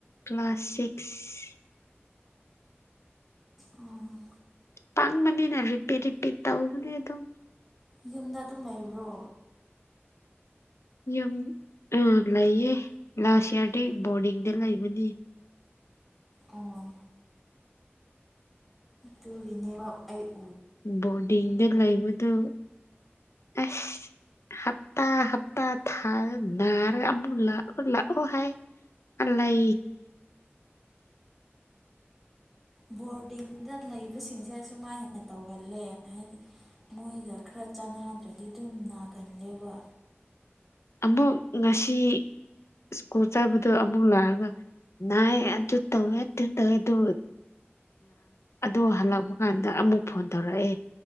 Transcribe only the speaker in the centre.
ꯎꯝ
ꯌꯨꯝꯗ ꯑꯗꯨꯝ ꯂꯩꯕ꯭ꯔꯣ
ꯑꯣ ꯑꯗꯨꯒꯤꯅꯦꯕ ꯑꯌꯨꯛ
ꯕꯣꯔꯗꯤꯡꯗ ꯂꯩꯕꯁꯤꯡꯁꯦ ꯑꯁꯨꯃꯥꯏꯅ ꯇꯧꯒꯜꯂꯦ ꯍꯥꯏꯗꯤ ꯃꯣꯏꯒ ꯈꯔ ꯆꯥꯟꯅꯗ꯭ꯔꯗꯤ ꯑꯗꯨꯝ ꯅꯥꯒꯜꯂꯦꯕ